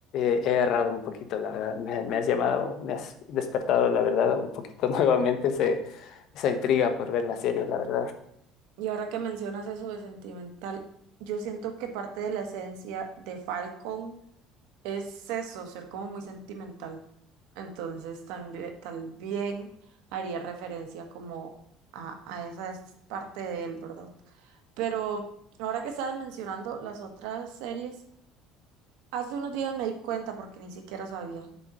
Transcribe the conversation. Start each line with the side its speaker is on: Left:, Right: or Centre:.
Left: eh, he errado un poquito, la verdad. Me, me has llamado, me has despertado la verdad un poquito <laughs> nuevamente ese- esa intriga por ver la serie, la verdad.
Right: Y ahora que mencionas eso de sentimental, yo siento que parte de la esencia de Falcon Es eso, ser como muy sentimental. Entonces, también, tal bien haría referencia como a, a esa es parte de él, ¿verdad? Pero ahora que estabas mencionando las otras series, hace unos días me di cuenta, porque ni siquiera sabía,